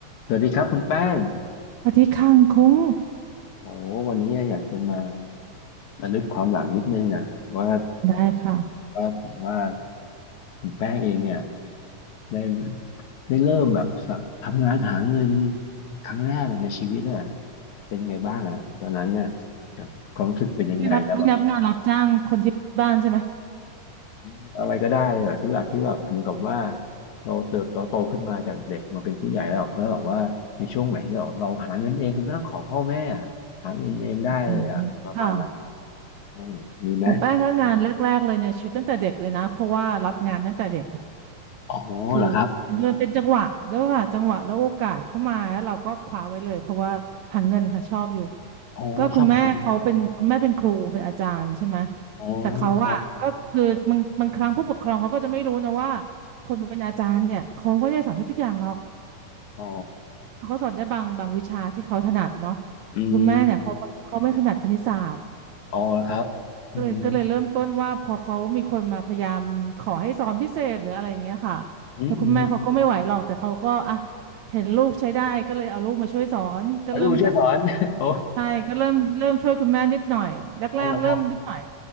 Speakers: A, on the left; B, on the right.
A: สวัสดีครับคุณแป้ง
B: ปฏิตย์ข้ังคุ้ง
A: โอ้วันนี้อยากจะมาระลึกความหลังนิดนึงอ่ะว่า
B: ได้ค่ะ
A: ว่าว่าคุณแป้งเองเนี่ยได้ได้เริ่มแบบสะทำงานหาเงินครั้งแรกอะในชีวิตอ่ะเป็นยังไงบ้างอ่ะตอนนั้นเนี่ยบความรู้สึกเป็นยังไงแล้วแบบ
B: ไม่รับไม่นับงานรับจ้างคนที่บ้านใช่ไหม
A: อืมอะไรก็ได้เลยแบบที่แบบที่แบบเหมือนกับว่าเราเติบโตโตขึ้นมาจากเด็กมาเป็นผู้ใหญ่แล้วแล้วแบบว่าในช่วงไหนเราเราหาเงินเองโดยไม่ต้องขอพ่อแม่อะหาเงินเองได้เลยอ่ะประมาณนั้น
B: <laughs> อืมค่ะ
A: อืมมีไหม
B: ของแป้งก็งานแรกๆเลยเนี่ยชีวิตตั้งแต่เด็กเลยนะเพราะว่ารับงานตั้งแต่เด็ก
A: อ๋อเหรอครับ
B: คือมันเป็นจังหวะด้วยค่ะจังหวะแล้วโอกาสเข้ามาแล้วเราก็คว้าไว้เลยเพราะว่าหาเงินค่ะชอบอยู่
A: อ๋อชอบทำบุญ
B: ก็คุณแม่เขาเป็นคุณแม่เป็นครูเป็นอาจารย์ใช่ไหม
A: อ๋อ
B: แต่เขาอะก็คือบางบางครั้งผู้ปกครองเขาก็จะไม่รู้นะว่า
A: ครับ
B: คนเป็นอาจารย์เนี่ยเขาก็ไม่ได้สอนทุกๆอย่างหรอก
A: อ๋อ
B: เขาก็สอนได้บางบางวิชาที่เขาถนัดเนาะ
A: อืม
B: คุณแม่เนี่ยเขาเขาไม่ขนาดคณิตศาสตร์
A: อ๋อเหรอครับอืม
B: ก็เลยก็เลยเริ่มต้นว่าพอเขามีคนมาพยายามขอให้สอนพิเศษหรืออะไรอย่างเงี้ยค่ะ
A: อืมอืม
B: แล้วคุณแม่เขาก็ไม่ไหวหรอกแต่เขาก็อ่ะเห็นลูกใช้ได้ก็เลยเอาลูกมาช่วยสอนก็เริ่มจาก
A: แล้วลูกบุญช่วยสอน <laughs> โอ้
B: ใช่ก็เริ่มเริ่มช่วยคุณแม่นิดหน่อยแรกๆเริ่มนิดหน่อย
A: อ๋อเหรอครับ